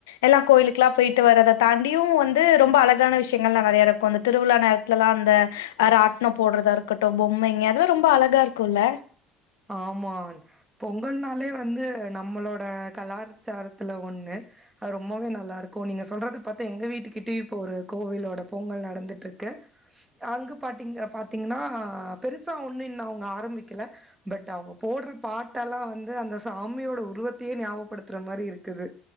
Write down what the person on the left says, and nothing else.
எல்லா கோயிலுக்கெல்லா போயிட்டு வர்றத தாண்டியும் வந்து ரொம்ப அழகான விஷய ங்கள்ல்லா நெறைய இருக்கும் அந்த திருவிழா நேரத்துலலா அந்த அ ராட்னம் போடுறதா இருக்கட்டும் பொம்மைங்க அதெல்லா ரொம்ப அழகாயிருக்குல்ல